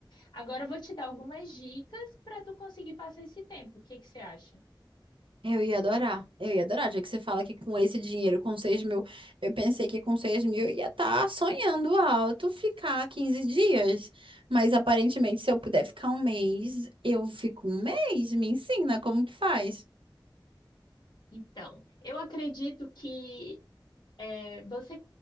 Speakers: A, on the left (about 60°); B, on the right (about 85°).
A: Agora eu vou te dar algumas dicas para tu conseguir passar esse tempo. O que que você acha?
B: Eu ia adorar. Eu ia adorar, já que você fala que com esse dinheiro, com seis mil, eu pensei que com seis mil eu ia estar sonhando alto ficar 15 dias. Mas aparentemente, se eu puder ficar um mês, eu fico um mês. Me ensina como que faz.
A: Então, eu acredito que é, você